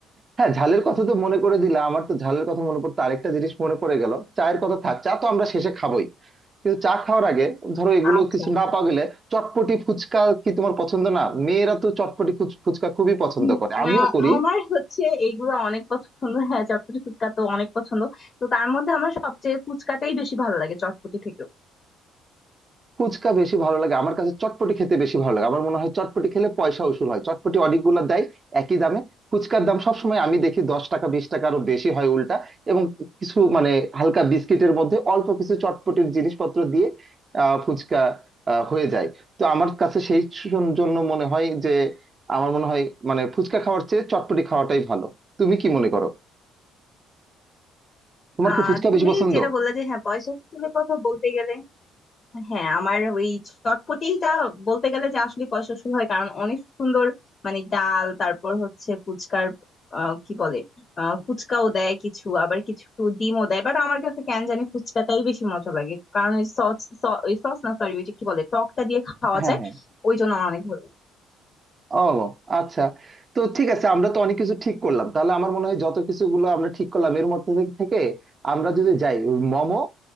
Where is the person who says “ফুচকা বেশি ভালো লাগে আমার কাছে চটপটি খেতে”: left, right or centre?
Right